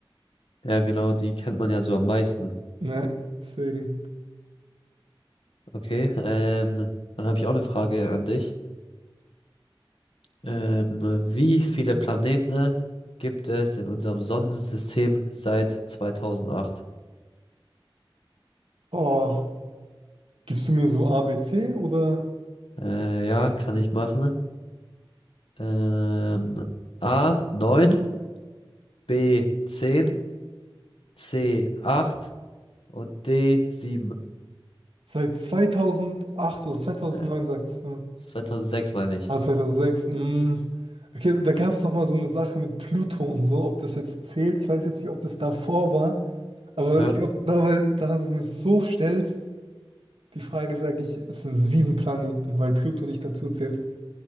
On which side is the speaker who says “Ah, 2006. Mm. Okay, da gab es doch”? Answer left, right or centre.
Right